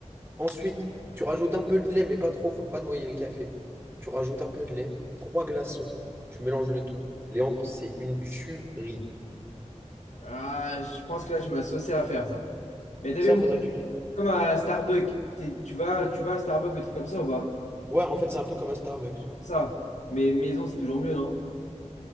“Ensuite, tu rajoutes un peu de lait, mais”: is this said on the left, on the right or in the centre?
Right